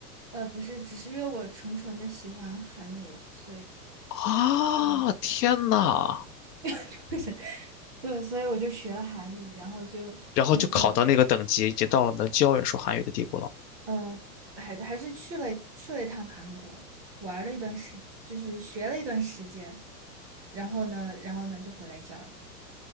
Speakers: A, on the right (about 30°); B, on the left (about 75°).
A: 呃不是，只是因为我纯纯的喜欢韩流，所以
B: 啊，
A: 嗯，
B: 天呐，
A: <laughs> 对，所以我就学了韩语，然后就对就
B: 然后就考到那个等级，已经到了能教人说韩语的地步了。
A: 呃还还是去了去了一趟韩国，玩了一段时，就是学了一段时间，然后呢，然后呢就回来教了